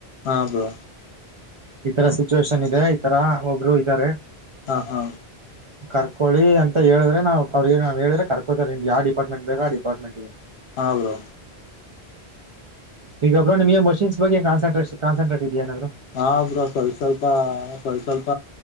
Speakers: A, on the left; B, on the right.
A: ಹಾ ಬ್ರೋ
B: ಈ ತರ ಸಿಚುವೇಶನ್ ಇದೆ ಈ ತರ ಒಬ್ರು ಇದ್ದಾರೆ
A: ಹಾ ಹಾ
B: ಕರ್ಕೊಳ್ಳಿ ಅಂತ ಹೇಳ್ರೆ ನಾವ ಅವ್ರಿಗೆ ಹೇಳ್ರ ಕರ್ಕೋತಾರೆ ನಿಮ್ದ ಯ ಡಿಪಾರ್ಟ್ಮೆಂಟ್ ಬೇಕ ಆ ಡಿಪಾರ್ಟ್ಮೆಂಟ್ ಹ
A: ಹಾಂ ಬ್ರೋ
B: ಈಗ ಒಬ್ರು ನಿಮಗೆ ಮಷಿನ್ಸ್ ಬಗ್ ಕನ್ಸೆಟ್ರೇ ಕನ್ಸಂಟ್ ಇದೆಯನಾದರು
A: ಹಾ ಬ್ರ ಸ್ವಲ್ ಸ್ವಲ್ಪ ಸ್ವಲ್ ಸ್ವಲ್ಪ